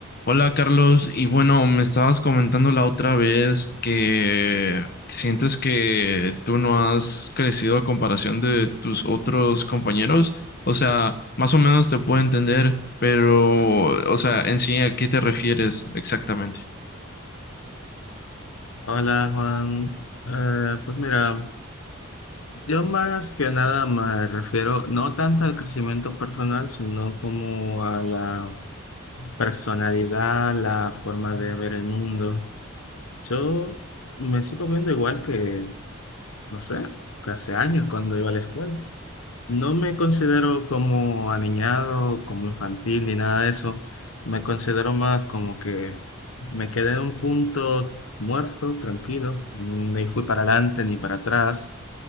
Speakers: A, on the left; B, on the left.
A: Hola Carlos, y bueno, me estabas comentando la otra vez que sientes que tú no has crecido a comparación de tus otros compañeros. O sea, más o menos te puedo entender, pero, o sea, en sí, ¿a qué te refieres exactamente?
B: Hola Juan, Eh, pues mira, yo más que nada me refiero no tanto al crecimiento personal, sino como a la personalidad, la forma de ver el mundo. Yo me sigo viendo igual que, no sé, que hace años cuando iba a la escuela. No me considero como aniñado, como infantil, ni nada de eso. Me considero más como que me quedé en un punto muerto, tranquilo. Ni fui para adelante ni para atrás.